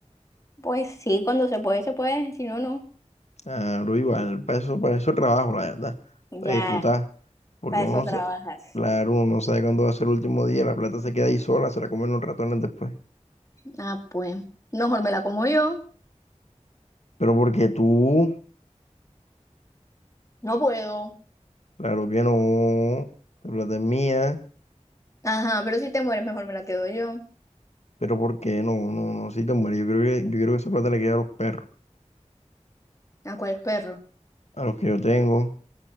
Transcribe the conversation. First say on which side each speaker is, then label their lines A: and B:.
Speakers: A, on the left; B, on the left.
A: pues sí, cuando se puede, se puede, si no, no.
B: Claro, igual, para eso, para eso trabajo, la verdad,
A: Ya,
B: para disfrutar, porque
A: para
B: uno
A: eso
B: no,
A: trabajas.
B: sa- claro, uno no sabe cuándo va a ser el último día, la plata se queda ahí sola, se la comen los ratones después.
A: Ah, pues, mejor me la como yo.
B: Pero porque tú,
A: No puedo.
B: claro que no, la plata es mía,
A: Ajá, pero si te mueres, mejor me la quedo yo.
B: pero ¿por qué no? No, no, si te mueres, yo creo que, yo quiero que esa plata le quede a los perros,
A: ¿A cuál perro?
B: a los que yo tengo,